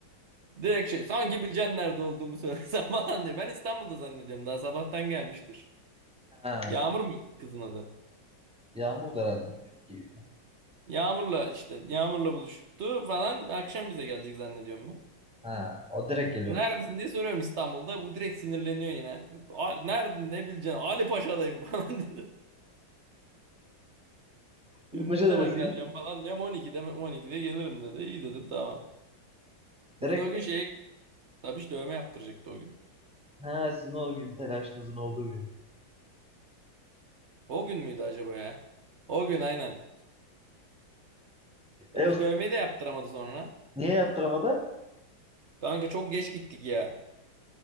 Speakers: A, on the right (about 60°); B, in the centre.
A: Direkt şey sanki bileceksin nerede olduğumu söylesem <laughs> falan diye. Ben İstanbul'da zannediyorum daha sabahtan gelmiştir.
B: Ha,
A: Yağmur mu kızın adı?
B: Yağmur da herhalde. Çok iyi.
A: Yağmur'la işte Yağmur'la buluştu falan akşam bize gelecek zannediyorum ben.
B: Ha, o direkt geliyormuş.
A: Neredesin diye soruyorum İstanbul'da. Bu direkt sinirleniyor yine. "Al- Nerede ne bileceksin? Ali Paşa'dayım <laughs> falan dedi.
B: Ali
A: Diyorum,
B: Paşa
A: ne zaman
B: neresiymiş?
A: geleceğim falan. Diyorum 12'de mi? 12'de gelirim dedi. İyi dedim tamam.
B: Direkt
A: Biz de o gün şeye Tabiş dövme yaptıracaktı o gün.
B: ha sizin o gün telaşınızın olduğu gün.
A: O gün müydü acaba ya? O gün aynen. Tabiş
B: E Os-
A: dövmeyi de yaptıramadı sonra.
B: niye yaptıramadı?
A: Kanka çok geç gittik ya.